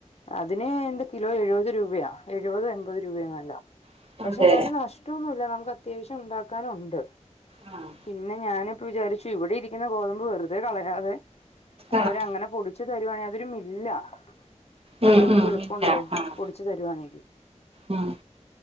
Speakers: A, on the left (about 60°); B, on the right (about 50°).
A: അതിന് എന്താ കിലോ എഴുപത് രൂപയാ എഴുപത് എൺപത് രൂപയങ്ങ
B: ഉം
A: പക്ഷെ
B: അതെ
A: നല്ല നഷ്ടം ഒന്നുമില്ല നമുക്ക് അത്യാവശ്യം ഉണ്ടാക്കാനുണ്ട്
B: ആഹ്
A: പിന്നെ ഞാനിപ്പ വിചാരിച്ചു ഇവിടിരിക്കുന്ന ഗോതമ്പ് വെറുതെ കളയാതെ
B: ആഹ്
A: അവരങ്ങനെ പൊടിച്ചു തരുവാണെങ്കിൽ അതൊരു മില്ലാ അപ്പൊ
B: ഉം
A: നമുക്ക്
B: ഉം
A: എളുപ്പവുണ്ടല്ലോ
B: ഇല്ല ആഹ്
A: പൊടിച്ച് തരുവാണെങ്കിൽ
B: ഉം